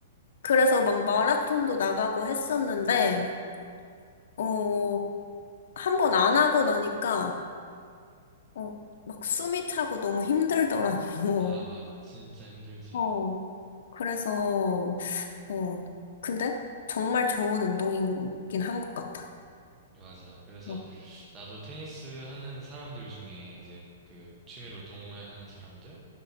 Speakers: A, on the left; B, on the right.
A: 그래서 막 마라톤도 나가고 했었는데, 어, 한 번 안 하고 나니까, 어, 막 숨이 차고 너무 힘들더라고.
B: 아, 맞아. 진짜 힘들지.
A: <laughs> 어, 그래서, 어, 근데 정말 좋은 운동이긴 한 것 같아.
B: 맞아. 그래서
A: 어,
B: 나도 테니스 하는 사람들 중에 이제 그 취미로 동호회하는 사람들